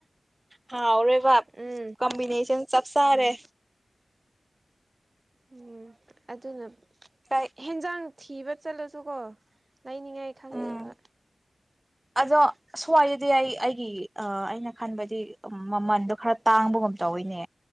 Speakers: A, on the right (about 20°); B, on the right (about 35°).
A: ꯍꯥꯎ ꯑꯣꯔꯦꯕ
B: ꯎꯝ
A: ꯀꯝꯕꯤꯅꯦꯁꯟ ꯆꯞ ꯁꯔꯦ
B: ꯎꯝ ꯎꯝ ꯑꯗꯨꯅ
A: ꯀꯥꯏ
B: ꯍꯦꯟꯖꯥꯡ ꯊꯕ ꯆꯂꯁꯨ ꯀꯣ ꯂꯩꯅꯤꯉꯥꯏ ꯈꯪꯗꯦꯕ
A: ꯎꯝ ꯑꯗꯣ ꯁ꯭ꯋꯥꯏꯗꯗꯤ ꯑꯩ ꯑꯩꯒꯤ ꯑꯩꯅ ꯈꯟꯕꯗꯤ ꯃꯃꯟꯗꯣ ꯈꯔ ꯇꯥꯡꯕꯒꯨꯝ ꯇꯧꯋꯤꯅꯦ